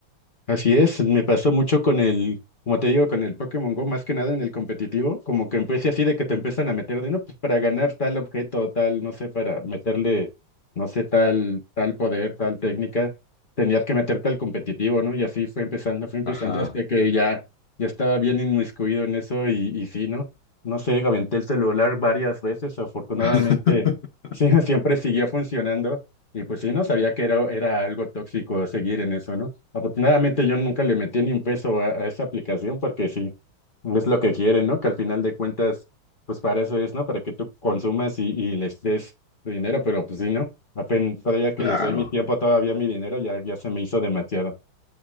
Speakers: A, on the left; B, on the left.
A: Así es, me pasó mucho con el, como te digo, con el Pokémon Go, más que nada en el competitivo, como que empecé así de que te empiezan a meter de, no, pues para ganar tal objeto, tal, no sé, para meterle, no sé, tal, tal poder, tal técnica, tenías que meterte al competitivo, ¿no? Y así fue empezando, fue empezando
B: Ajá.
A: hasta que ya, ya estaba bien inmiscuido en eso y, y sí, ¿no? No sé, aventé el celular varias veces, afortunadamente,
B: <laughs>
A: sí, <laughs> siempre siguió funcionando y pues sí, no sabía que era, era algo tóxico seguir en eso, ¿no? Afortunadamente yo nunca le metí ni un peso a, a esa aplicación porque sí, no es lo que quieren, ¿no? Que al final de cuentas, pues para eso es, ¿no? Para que tú consumas y, y les des tu dinero, pero pues sí, ¿no? Apenas todavía que
B: Claro.
A: les doy mi tiempo, todavía mi dinero, ya, ya se me hizo demasiado.